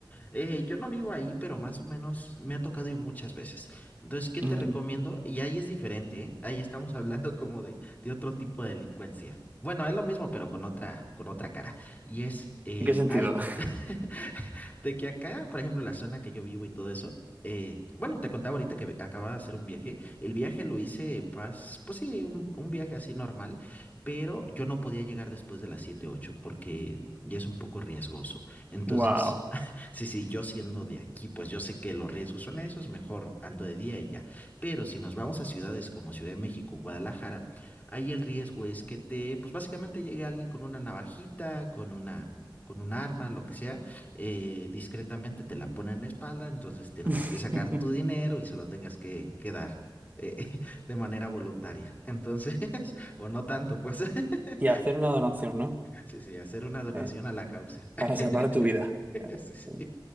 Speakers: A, on the left; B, on the right.
A: Eh, yo no vivo ahí, pero más o menos me ha tocado ir muchas veces. Entonces, ¿qué
B: Mm,
A: te recomiendo? Y ahí es diferente, ¿eh? Ahí estamos <laughs> hablando como de, de otro tipo de delincuencia. Bueno, es lo mismo, pero con otra, con otra cara. Y es, eh,
B: ¿En qué sentido?
A: hay,
B: <laughs>
A: <laughs> de que acá, por ejemplo, la zona que yo vivo y todo eso, eh, bueno, te contaba ahorita que acababa de hacer un viaje. El viaje lo hice, pas- pues, sí, un, un viaje así normal, pero yo no podía llegar después de las 7 8 porque ya es un poco riesgoso. Entonces,
B: Wow.
A: Sí, sí, yo siendo de aquí, pues yo sé que los riesgos son esos, mejor ando de día y ya. Pero si nos vamos a ciudades como Ciudad de México, Guadalajara, ahí el riesgo es que te, pues básicamente llegue alguien con una navajita, con una, con un arma, lo que sea, eh, discretamente te la pone en la espalda, entonces tengas
B: <laughs>
A: que sacar tu dinero y se lo tengas que, que dar. eh, <laughs> de manera voluntaria. Entonces, <laughs> o no tanto, pues. <laughs>
B: Y hacer una donación, ¿no?
A: Sí, sí, hacer una donación
B: Eh,
A: a la causa. <laughs>
B: para salvar tu vida. Ah,
A: Sí, sí.
B: sí,